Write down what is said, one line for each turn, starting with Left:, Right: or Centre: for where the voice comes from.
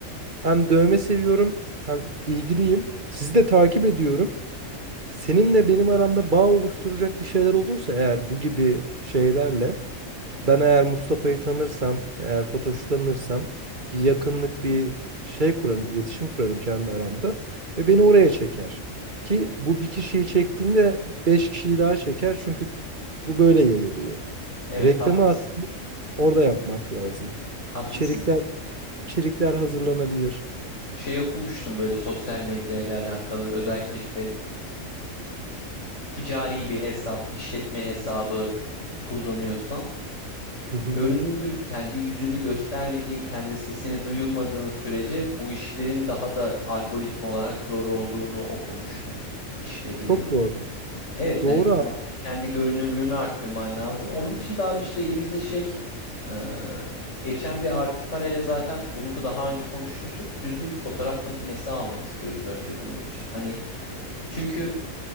Right: hem dövme seviyorum hem ilgiliyim. Sizi de takip ediyorum. Seninle benim aramda bağ oluşturacak bir şeyler olursa eğer bu gibi şeylerle ben eğer Mustafa'yı tanırsam, eğer Fatoş'u tanırsam bir yakınlık bir şey kurarım, iletişim kurarım kendi aramda ve beni oraya çeker. Ki bu bir kişiyi çektiğinde beş kişiyi daha çeker çünkü bu böyle yayılıyor.
Left: Evet
Right: Reklamı
Left: haklısın.
Right: aslında orada yapmak lazım.
Left: Haklısın.
Right: İçerikler içerikler hazırlanabilir.
Left: Şey okumuştum böyle sosyal medya ile alakalı özellikle işte ticari bir hesap, işletme hesabı kullanıyorsan
Right: Hı hı.
Left: görünürlük, kendi yüzünü göstermediğin, kendi sesini duyurmadığın sürece bu işlerin daha da algoritma olarak zor olduğunu okumuştum, işlediğini.
Right: Çok doğru.
Left: Evet
Right: Doğru
Left: hani belki
Right: abi.
Left: de kendi görünürlüğünü arttırman lazım. Onun için daha bir işte elimizde şey e, geçen bir artı parayla zaten bunu daha önce konuşmuştuk. Düzgün bir fotoğraf makinesi almak istiyoruz önce bunun için. Hani çünkü